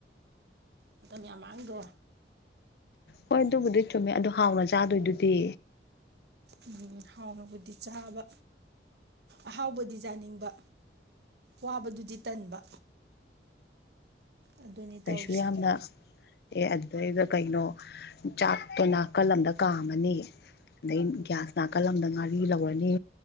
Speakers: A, on the right; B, on the left.
A: ꯃꯇꯝ ꯌꯥꯝ ꯃꯥꯡꯗꯣ
B: ꯍꯣꯏ ꯑꯗꯨꯕꯨꯗꯤ ꯆꯨꯝꯃꯦ ꯑꯗꯨ ꯍꯥꯎꯅ ꯆꯥꯗꯣꯏꯗꯨꯗꯤ
A: ꯎꯝ ꯍꯥꯎꯅꯕꯨꯗꯤ ꯆꯥꯕ ꯑꯍꯥꯎꯕꯗꯤ ꯆꯥꯅꯤꯡꯕ ꯋꯥꯕꯗꯨꯗꯤ ꯇꯟꯕ ꯑꯗꯨꯅꯤ ꯇꯧꯔꯤꯁꯦ
B: ꯀꯩꯁꯨ ꯌꯥꯝꯅ ꯑꯦ ꯑꯗꯨꯗꯩꯗ ꯀꯩꯅꯣ ꯆꯥꯛꯇꯣ ꯅꯥꯀꯜ ꯑꯃꯗ ꯀꯥꯝꯃꯅꯤ ꯑꯗꯩ ꯒ꯭ꯌꯥꯁ ꯅꯥꯀꯜ ꯑꯃꯗ ꯉꯥꯔꯤ ꯂꯧꯔꯅꯤ